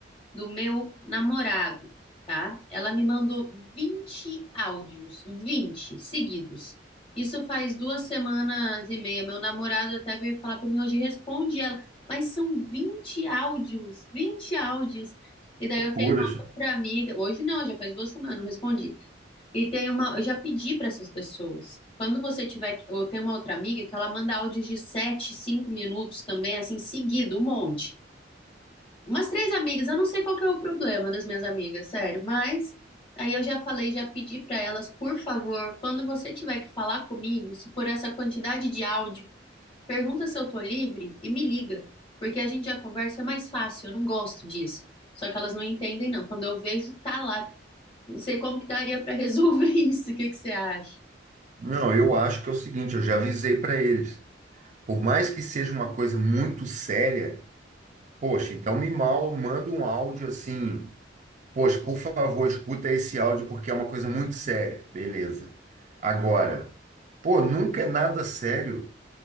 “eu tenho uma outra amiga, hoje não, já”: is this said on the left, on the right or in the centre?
Left